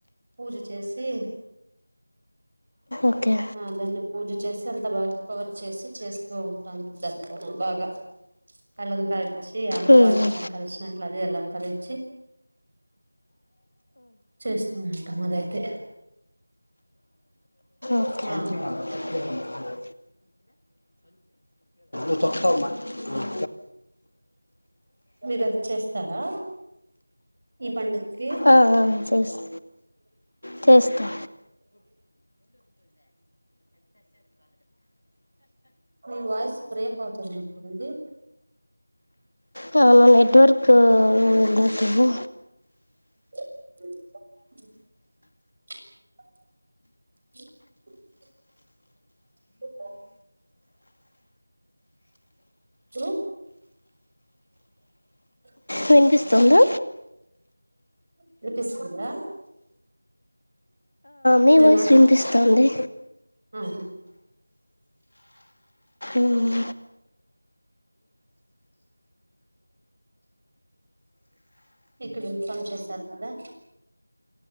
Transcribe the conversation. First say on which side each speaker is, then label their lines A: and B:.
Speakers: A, on the right; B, on the left.
A: పూజ చేసి
B: ఓకే
A: ఆ ధన్య పూజ చేసి అంత బాగా పవర్ చేసి చేస్త ూ ఉంటాం దన బాగా కలంకరించి అమ్మవారి
B: అవును
A: కలంకలిరించి అట్లాడిది అలంకరించి చేస్తూ ఉంటాం అదైతే
B: ఓకే
A: ఆ
B: సంచి కాదు, తొక్కేదమ్మా. దొరకోమాకు
A: మీరది చేస్తారా ఈ పండక్కి
B: ఆ, ఆ, చేస్- చేస్తా
A: మీ వాయిస్ బ్రేక్ అవుతున్నట్టుంది
B: <unintelligible> నెట్వర్క్ ఉండట్లేడు
A: <inaudible> త్రు <inaudible>
B: వినిపిస్తుందా
A: వినిపిస్తుందా
B: మీ
A: నేను
B: వాయిస్
A: మాట్లా
B: వినిపిస్తోంది
A: ఆ
B: ఉమ్
A: ఇక్కడ పని చేశారు కదా